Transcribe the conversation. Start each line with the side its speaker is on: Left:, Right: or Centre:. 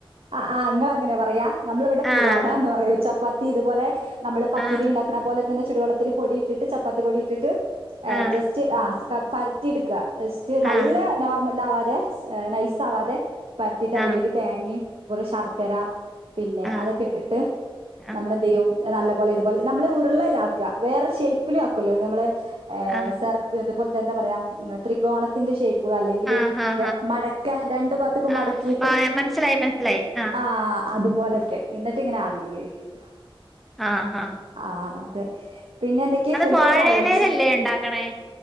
Right: ആ ആഹ് ഇങ്ങളങ്ങനെ പറയാ നമ്മള് ഇവിടെ പൂവാടാ
Centre: ആഹ്
Right: എന്ന് പറെയും ചപ്പാത്തി ഇതുപോലെ നമ്മള് പത്തിരി
Centre: ആഹ്
Right: ഇണ്ടാക്ക്ണെ പോലെ തന്നെ ചുടുവെള്ളത്തില് പൊടിയിട്ടിട്ട് ചപ്പാത്തി പൊടിയിട്ടിട്ട്
Centre: ആഹ്
Right: ജെസ്റ്റ് ആഹ് പര്ത്തി എട്ക്കാ യെസ്റ്റ് നല്ലെ
Centre: ആഹ്
Right: നോർമൽ ഇതാവാതെ സ് നൈസാവാതെ
Centre: ഉം
Right: പര്ത്തിട്ട് അതിലേക്ക്
Centre: ആഹ്
Right: തേങ്ങേം അതുപോലെ ശർക്കര പിന്നെ
Centre: ആഹ്
Right: അതൊക്കെ ഇട്ടിട്ട്
Centre: ആഹ്
Right: നമ്മളെന്തയ്യും നല്ലെ പോലെ ഇതുപോലെ നമ്മെ ഉരുളല്ലാക്ക വേറെ ഷേപ്പില് ആക്കൊല്ലോ നമ്മള് എഹ്
Centre: ആഹ്
Right: സെർ അതുപോല്ത്തെ എന്താ പറയാ ത്രികോണത്തിന്റെ ഷേപ്പ് അല്ലെങ്കി
Centre: ആഹ് ആഹ്
Right: മടക്കാ രണ്ടു ഭാത്ക്കും
Centre: ആഹ്
Right: മടക്കിയിട്ട്
Centre: ആഹ് മനസ്സിലായി മനസ്സിലായി ആഹ്
Right: ആഹ അതുപോലെക്കെ എന്നിട്ട് ഇങ്ങനെ ആവിൽ വേവിക്കും
Centre: ആ ഹാ
Right: ആ അതെ പിന്നെ എന്തൊക്കെ ഫുഡ്ഡൊക്കെ
Centre: വാഴയിലേലല്ലേ
Right: ആയോ ഉച്ചക്ക്
Centre: ഉണ്ടാക്കണേ